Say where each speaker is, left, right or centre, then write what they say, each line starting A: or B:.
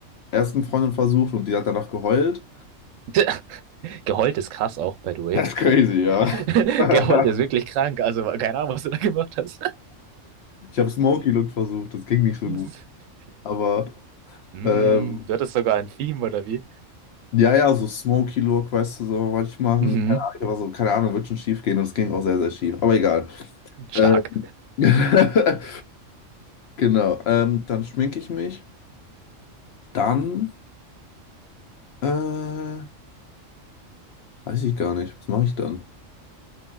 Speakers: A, on the left (about 60°); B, on the right (about 80°).
A: ersten Freundin versucht und die hat danach geheult.
B: <laughs> Geheult ist krass auch, by the
A: Das ist crazy,
B: way.
A: ja. <laughs>
B: <laughs> Geheult ist wirklich krank. Also keine Ahnung, was du da gemacht hast.
A: Ich habe Smoky Look versucht, das ging nicht so
B: <laughs>
A: gut. Aber
B: Mm,
A: ähm,
B: du hattest sogar ein Theme, oder wie?
A: ja, ja, so Smoky Look, weißt du, so wollte ich machen.
B: Mhm,
A: Keine Ahnung, aber so, keine Ahnung, wird schon schief gehen und es ging auch sehr, sehr schief. Aber egal.
B: stark.
A: Ähm, <laughs> genau. Ähm, dann schminke ich mich. Dann äh, weiß ich gar nicht. Was mache ich dann?